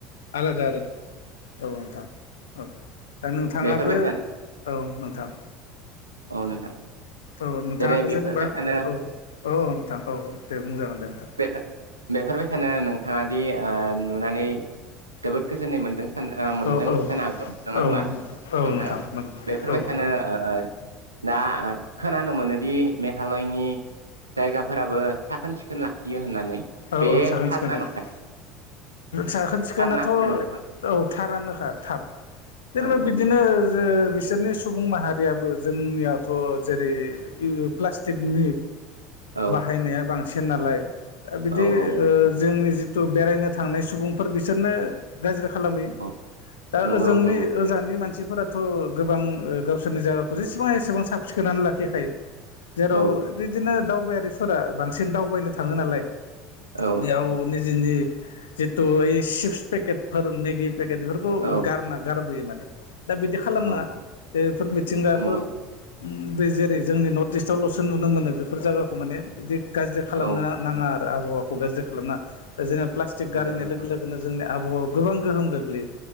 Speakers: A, on the left; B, on the right.
A: आलादा आरो औ नोंथां औ दा नोंथाङाबो
B: बेफोरबायसा
A: औ नोंथां
B: औ नोंथां
A: औ नोंथाङाबो
B: जेरै बेफोरबायसानो
A: जेनेबा औ औ नोंथां औ औ दे बुंजागोन दे नोंथां
B: बे-बे-बेफोर बायसानो नोंथाङा बि ओ नुनानै जोबोद गोजोननाय मोन्दों ओ मोनदों
A: औ औ
B: जानो हागौ नङा
A: औ
B: होमबा
A: नोंथां औ
B: नोंथाङा
A: नोंथां
B: बेफोरबायसानो
A: औ
B: ओ दा ओ खोनानो मोनोदि मेघालयनि जायगाफोराबो साखोन सिखोन लाखियो होननानै
A: औ
B: बे
A: औ साखोन
B: थारना
A: सिखोन लाखियो
B: नंखाय
A: साखोन सिखोनाथ'
B: थारना नोंथां
A: औ थारानोखा थार जेनेबा
B: औ औ
A: बिदिनो
B: नोंथां
A: जे बि- सोरनि सुबुं माहारियाबो जोंनियाथ' जेरै ओ प्लास्टिकनि
B: औ
A: बाहायनाया बांसिन नालाय दा बिदि
B: औ औ
A: ओ जोंनि जिथु बेरायनो थांनाय सुबुंफोर बिसोरनो गाज्रि खालामो
B: औ
A: दा
B: नंगौ
A: ओजोंनि
B: नंगौ
A: ओजानि मानसि मानसिफोराथ' गोबां गावसोरनि जायगाखौ जेसेबां एसेबां साब सिखोनानै लाखिखायो जेराव
B: औ
A: बिदिनो दावबायारिफोरा बांसिन दावबायनो थाङो नालाय
B: औ
A: बेयाव निजेनि जितु ओइ चिप्स पेकेटफोर मिगि पेकेटफोरखौ
B: औ
A: गारना गारबोयो माने दा बिदि खालामना
B: औ औ
A: बेफोर मिथिंगाखौ
B: नंगौ
A: ओम बि जेरै जोंनि नर्थ इस्टआवल'सो नुनो मोनो बेफोर जायगाखौ माने बिदि गाज्रि खालामनो
B: औ
A: नाङा आरो आबहावाखौ गाज्रि खालामनाङा जोङो प्लास्टिक
B: नंगौ
A: गारायनाय
B: नंगौ
A: लोगो - लोगोनो जोंनिया आबहावायाव गोबां गोहोम गोग्लैयो